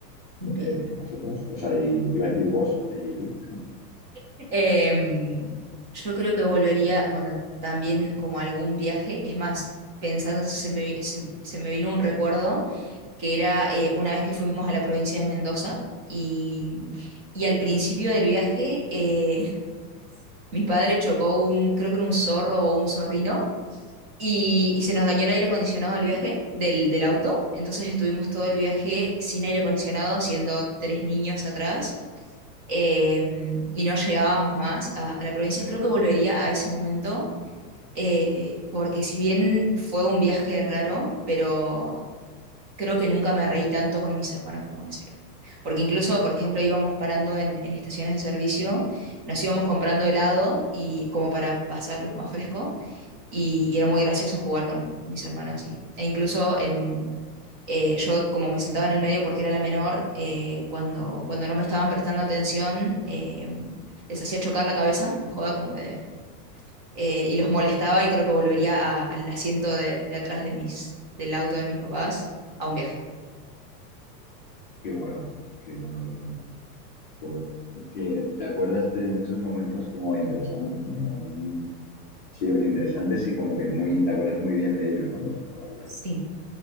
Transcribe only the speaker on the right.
Bien.
Em, yo creo que volvería, bueno, también como algún viaje. Es más, pensando, eso, se me, vi- se, se me vino un recuerdo que era eh, una vez que fuimos a la provincia de Mendoza y, y al principio del viaje eh, <laughs> mi padre chocó un, creo que era un zorro o un zorrino. Y, y se nos dañó el aire acondicionado del viaje, del, del auto. Entonces estuvimos todo el viaje sin aire acondicionado, siendo tres niños atrás. eh, y no llegábamos más a, a la provincia. Creo que volvería a ese momento, eh, porque si bien fue un viaje raro, pero creo que nunca me reí tanto con mis hermanos como en ese viaje. Porque incluso, por ejemplo, íbamos parando en, en estaciones de servicio, nos íbamos comprando helado y como para pasarlos más fresco, y, y era muy gracioso jugar con, con mis hermanos. Y, e incluso en, eh, yo como me sentaba en el medio porque era la menor, eh, cuando, cuando no me estaban prestando atención, eh, les hacía chocar la cabeza, en joda, como de, eh, y los molestaba y creo que volvería a- al asiento de, de atrás de mis, del auto de mis papás a un viaje.
Sí.